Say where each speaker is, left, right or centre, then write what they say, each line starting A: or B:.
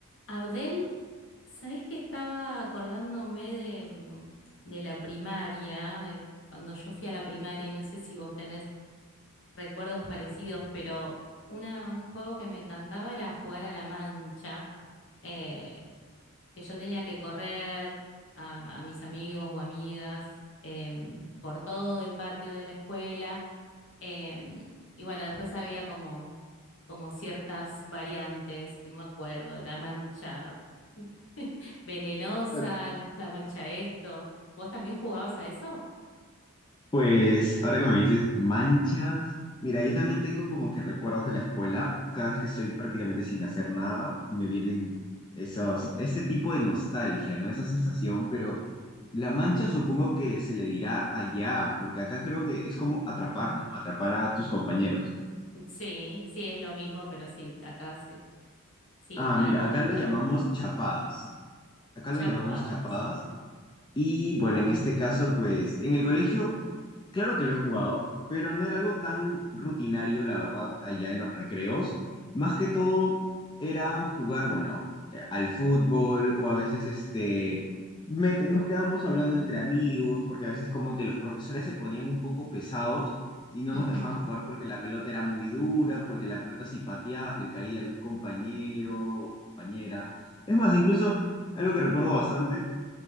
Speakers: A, on the left; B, on the left.
A: Abdel, ¿sabés que estaba acordándome de, mm, de la primaria, de cuando yo fui a la primaria, y no sé si vos tenés recuerdos parecidos, pero una, un juego que me encantaba era jugar a la mancha, eh, que yo tenía que correr a, a mis amigos o amigas em, por todo el patio de la escuela. em, y bueno, después había como, como ciertas variantes, que no me acuerdo, la mancha <laughs> venenosa,
B: Bueno,
A: la mancha esto. ¿Vos también jugabas a eso?
B: Pues ahora que me dices manchas, mira, yo también tengo como que recuerdos de la escuela. Cada vez que estoy prácticamente sin hacer nada, me vienen esos, este tipo de nostalgia, ¿no? Esa sensación, pero la mancha supongo que se le dirá allá, porque acá creo que es como atrapar, ¿no? Atrapar a tus compañeros.
A: Sí, sí, es lo mismo, pero sí, acá sí. Sí,
B: Ah,
A: mal,
B: mira, acá
A: la-
B: lo llamamos chapadas. Acá
A: chapadas.
B: lo llamamos chapadas. Y bueno, en este caso, pues en el colegio... Claro que lo he jugado, pero no era algo tan rutinario, la verdad, allá en los recreos. Más que todo era jugar, bueno, eh, al fútbol o a veces este, me- nos quedábamos hablando entre amigos, porque a veces como que los profesores se ponían un poco pesados y no
A: <laughs>
B: nos dejaban jugar porque la pelota era muy dura, porque la pelota si pateabas le caía a algún compañero o compañera. Es más, incluso algo que recuerdo bastante